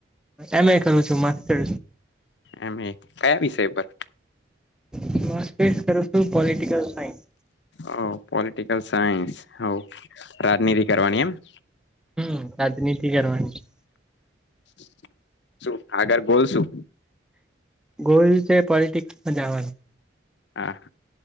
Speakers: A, in the centre; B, on the left.
A: એમે કરુ માસ્ટર
B: એમ એ- કયા વિષય પર
A: <inaudible> બસ કરું છુ પોલટિકલ સાયન્સ
B: ઓ પોલિટિકલ સાયન્સ હ ઓકે રાજનીતિ કરવાની એમ <inaudible>
A: હમ રાજનીતિ કરવાની
B: <inaudible> શું આગળ બોલશું
A: ગોલ છે. પોલિટિક્સમાં જાવાનું
B: હા